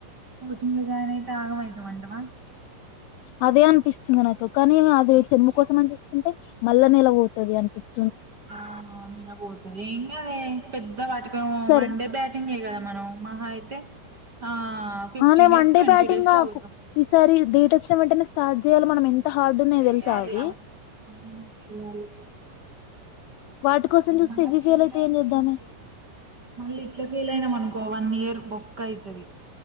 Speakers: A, on the right; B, on the left.
A: కోచింగ్ లో జాయిన్ అయితే ఆగమయిత మంటవా
B: అదే అనిపిస్తుంది నాకు కానీ అది చెనుము కోసం అని చూసుకుంటే మళ్లా నేల పోతది అనిపిస్తుంది
A: ఆ నలా పోతది ఏం గాదే పెద్ద వాటిక
B: సరే
A: వన్ డే బ్యాటింగ్ గదా మనం మహా అయితే ఆ fifteen
B: ఆనే
A: days
B: one day
A: twenty
B: బ్యాటింగ్కు
A: days అవుతాం
B: ఈసారి డేట్ వచ్చిన వెంటనే స్టార్ట్ చేయాలి మనం ఎంత ఎంత హార్డు ఉన్నాయో
A: చెయ్యాలి
B: తెలుస అవి
A: అవును అవును చెయ్యాలి
B: వాటి కోసం చూస్తే
A: మళ్ళా
B: ఇవి
A: ఫెల్
B: ఫెయిల్ అయితే
A: అయితేం
B: ఏం చేద్దామే
A: లేదు మళ్ళీ ఇట్లా ఫెల్ అయినాం అనుకో వన్ ఇయర్ మొక్క అయితది